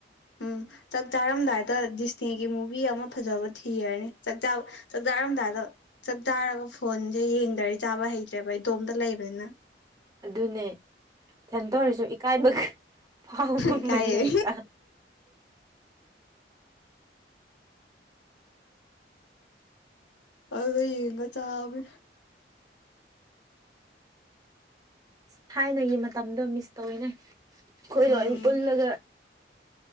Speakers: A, on the left (about 80°); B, on the right (about 20°).
A: ꯎꯝ ꯆꯥꯛ ꯆꯥꯔꯝꯗꯥꯏꯗ ꯗꯤꯁꯅꯦꯒꯤ ꯃꯨꯚꯤ ꯑꯃ ꯐꯖꯕ ꯊꯤꯔꯔꯅꯤ ꯆꯥꯛ ꯆꯥꯔꯝꯗꯥꯏꯗ ꯆꯥꯛ ꯆꯥꯔꯒ ꯐꯣꯟꯁꯦ ꯌꯦꯡꯗꯔ ꯆꯥꯕ ꯍꯩꯇ꯭ꯔꯦꯕ ꯑꯩ ꯏꯗꯣꯝꯇ ꯂꯩꯕꯅꯤꯅ
B: ꯑꯗꯨꯅꯦ ꯏꯊꯟꯇ ꯑꯣꯏꯔꯁꯨ ꯏꯀꯥꯏꯕ ꯄꯥꯎ ꯐ
A: ꯏꯀꯥꯏꯌꯦ
B: ꯃꯏꯇꯥ
A: ꯑꯗꯨꯗ ꯌꯦꯡꯒ ꯆꯥꯕ
B: ꯊꯥꯏꯅ ꯃ ꯃꯇꯝꯗꯣ ꯃꯤꯁ ꯇꯧꯏꯤꯅꯦ ꯑꯩꯈꯣꯏ
A: ꯎꯝ
B: ꯂꯣꯝ ꯄꯨꯜꯂꯒ